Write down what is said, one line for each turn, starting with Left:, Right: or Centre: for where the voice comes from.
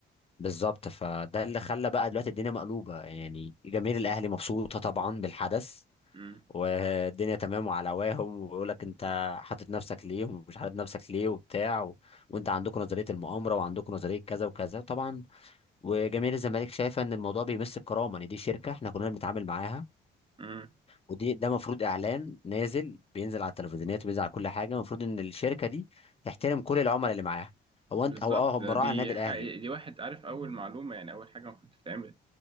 Left: بالظبط فده اللي خلى بقى دلوقتي الدنيا مقلوبه يعني جماهير الاهلي مبسوطه طبعا بالحدث
Right: قوي
Left: والدنيا تمام وعلى هواهم ويقول لك انت حاطط نفسك ليه ومش حاطط نفسك ليه وبتاع و... وانت عندكم نظريه المؤامره وعندكم نظريه كذا وكذا طبعا وجماهير الزمالك شايفه ان الموضوع بيمس الكرامه ان دي شركه احنا كلنا بنتعامل معاها
Right: امم
Left: ودي ده المفروض اعلان نازل بينزل على التلفزيونات وبينزل على كل حاجه المفروض ان الشركه دي تحترم كل العملاء اللي معاها هو انت
Right: بالظبط
Left: هو اه
Right: ده-
Left: هم راعي
Right: دي
Left: النادي
Right: حقيقة.
Left: الاهلي
Right: دي واحد عارف اول معلومه يعني اول حاجه المفروض تتعمل